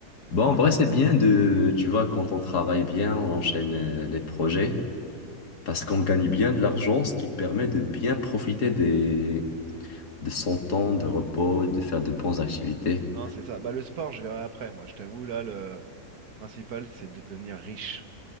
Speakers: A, on the left (about 85°); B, on the right (about 70°).
A: Bon, en vrai, c'est bien de, tu vois, quand on travaille bien, on enchaîne euh, les projets parce qu'on gagne bien de l'argent, ce qui permet de bien profiter des... de son temps de repos, de faire de bonnes activités.
B: Non, c'est ça. Bah, le sport, je verrai après. Moi, je t'avoue, là, le, le principal, c'est de devenir riche.